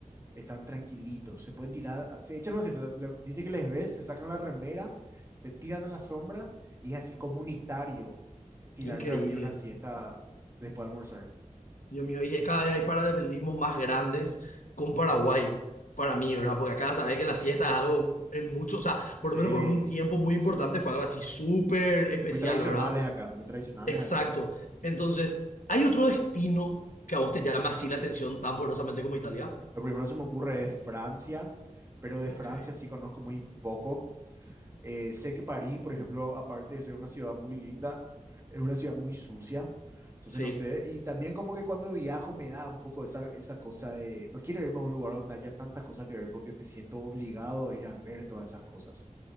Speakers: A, on the right; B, on the left.
A: están tranquilitos, se pueden tirar, ah, se echan, no, se te- le- dice que les ves, se sacan la remera, se tiran a la sombra y es así comunitario eh, tirarse
B: Qué increíble.
A: a dormir una siesta después de almorzar.
B: Dios mío, y que cada vez hay paralelismos más grandes con Paraguay, para mí, ¿verdad? Porque acá sabes que la siesta es algo en mucho, o sea, por
A: Sí,
B: lo menos por un tiempo muy importante fue algo así súper especial,
A: Muy tradicionales
B: ¿verdad?
A: acá, muy tradicionales
B: Exacto.
A: acá.
B: Entonces, ¿hay otro destino que a vos te llama así la atención tan poderosamente como Italia?
A: Lo primero que se me ocurre es Francia, pero de
B: Ok.
A: Francia sí conozco muy poco. Eh, sé que París, por ejemplo, aparte de ser una ciudad muy linda, es una ciudad muy sucia. Entonces
B: Sí.
A: no sé, y también como que cuando viajo me da un poco esa, esa cosa de, no quiero irme a un lugar donde haya tantas cosas que ver porque me siento obligado a ir a ver todas esas cosas.